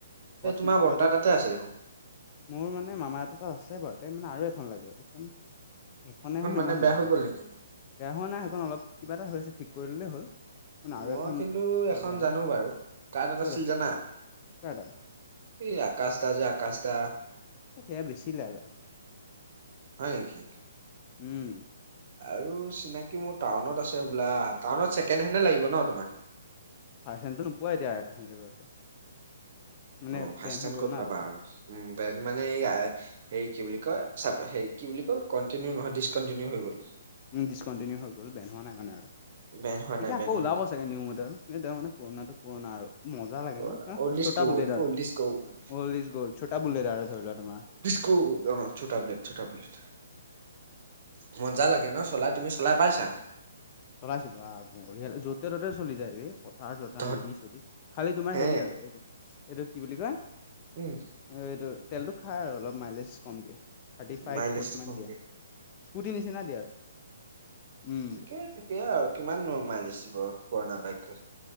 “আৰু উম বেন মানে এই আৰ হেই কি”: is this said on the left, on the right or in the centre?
Right